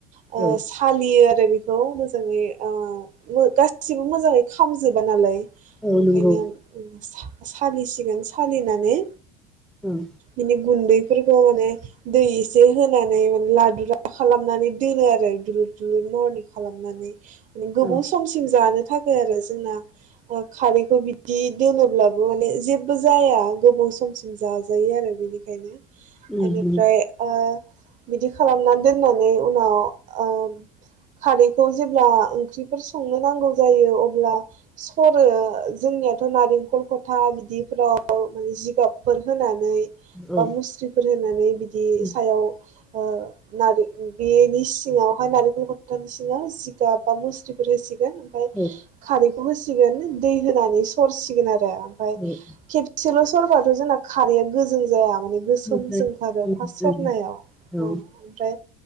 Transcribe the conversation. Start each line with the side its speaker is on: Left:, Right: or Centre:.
Right: ओ
Centre: औ
Right: सालियो बेनिखौ मोजाङै ओ मो गासिबो मोजाङै खामजोबा नालाय
Centre: औ
Right: ओंखायनो
Centre: नंगौ
Right: उम सा सालिसिगोन सालिनानै
Centre: उम।
Right: बिनि गुन्दैफोरखौ माने दै एसे होनानै माने लादुरा खालामनानै दोनो आरो बिनिनो। दुलुर महरनि खालामनानै <unintelligible> गोबाव
Centre: औ
Right: समसिम जानो थाखाय आरो जोंना ओ खारैखौ बिदि दोनोब्लाबो माने जेबो जाया गोबाव समसिम जाजायो आरो बिनिख खायनो
Centre: उम
Right: एनिफ्राय
Centre: नंगौ
Right: ओ बिदि खालामनानै दोननानै उनाव ओ खारैखौ जेब्ला ओंख्रिफोर संनो नांगौ जायो अब्ला सरो जोंनियाथ' नारेंखल खथा बिदिफ्राव आव माने जिगाबफोर होनानै
Centre: औ
Right: बा
Centre: औ
Right: मुस्रिफोर होनानै बिदि
Centre: उम
Right: सायाव ओ नारि बेनि सिङावहाय नारेंखल खथानि सिङाव जिगाब बा मुस्रिफोर होसि गोन ओमफ्राय
Centre: औ
Right: खारि होसिगोन दै होनानै सरसिगोन आ ओ ओमफाय
Centre: औ
Right: खेबसेल होबाथ जोंना खारैया गोजों जाया माने गोसोमसो
Centre: ओमफ्राय
Right: ओंखारो
Centre: उम
Right: फास सरनायाव
Centre: उम
Right: अ
Centre: औ
Right: ओमफ्राय